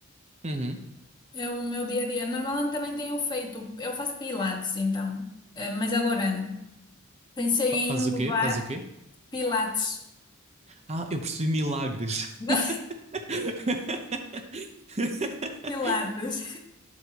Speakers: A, on the right (about 30°); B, on the left (about 20°).
A: Uhum.
B: é o meu dia a dia, normalmente também tenho feito, eu faço pilates então, Eh, mas agora pensei em
A: Fa- Fazes
B: inovar
A: o quê? Fazes o quê?
B: pilates,
A: Ah, eu percebi milagres.
B: <laughs>
A: <laughs>
B: não pilates,